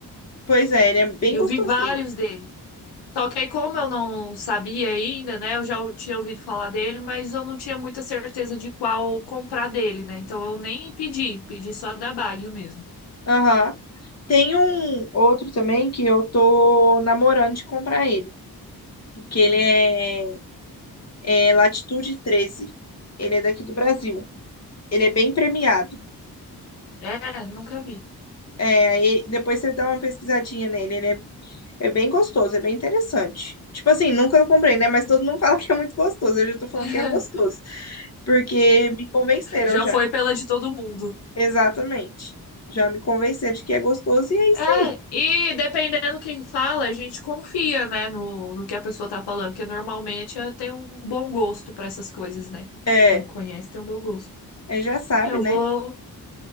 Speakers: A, on the left (about 40°); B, on the left (about 85°).
A: Pois é, ele é bem
B: Eu
A: gostosinho.
B: vi vários dele. Só que aí, como eu não sabia ainda, né? Eu já ou- tinha ouvido falar dele, mas eu não tinha muita certeza de qual comprar dele, né? Então eu nem pedi, pedi só da Baguio mesmo.
A: Aham. Tem um outro também que eu tô namorando de comprar ele, que
B: Hum.
A: ele é, é Latitude treze Ele é daqui do Brasil. Ele é bem premiado.
B: É, nunca vi.
A: É, aí depois você dá uma pesquisadinha nele. Ele é, é bem gostoso, é bem interessante. Tipo assim, nunca comprei,
B: Hum.
A: né? Mas todo mundo <laughs> fala que é muito gostoso. Eu já tô falando
B: <laughs>
A: que é gostoso, porque me convenceram
B: Já
A: já.
B: foi pela de todo mundo.
A: Exatamente. Já me convenceram de que é gostoso e é isso
B: É,
A: aí.
B: e dependendo quem fala, a gente confia, né, no, no que a pessoa tá falando, porque normalmente eh, tem um bom gosto pra essas coisas, né?
A: É,
B: Quando conhece, tem um bom gosto.
A: é, já sabe,
B: É, eu
A: né?
B: vou,